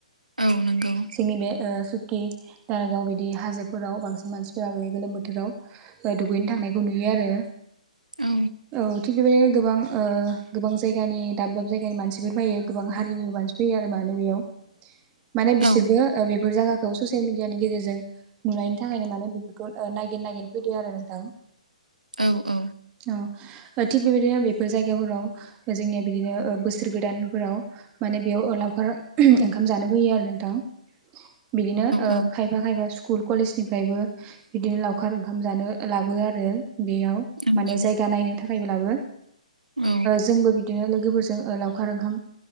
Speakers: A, on the right; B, on the right.
A: औ नंगौ
B: जोंनि बे सखि दारागाव बिदि हाजोफोराव बांसिन मानसिफोरा बे गोलोम बोथोराव दुगैनो थांनायखौ नुयो आरो।
A: औ।
B: औ थिग बेबायदिनो गोबां गोबां जायगानि दाब दाब जायगानि मानसिफोर फैयो, गोबां हारिनिबो मानसि फैयो आरो माने बेयाव। माने बिसोरबो
A: औ
B: बेफोर जायगाखौ ससियेल मिडियानि गेजेरजों नुनायनि थाखायनो माने बेफोरखौ नागिर नागिर फैदों आरो नोंथां।
A: औ औ।
B: औ। थिग बेबायदिनो बेफोर जायगाफोराव जोंनिया बिदिनो बोसोर गोदानफोराव माने बेयाव लावखार ओंखाम जानो फैयो आरो नोंथां। बिदिनो खाय
A: औ
B: खायफा खायफा स्कुल कलेज निफ्रायबो बिदिनो लावखार ओंखाम जानो लाबोयो आरो बेयाव।
A: नंगौ
B: माने जायगा नायनो थाखायब्लाबो
A: औ
B: जोंबो बिदिनो लोगोफोरजों लावखार ओंखाम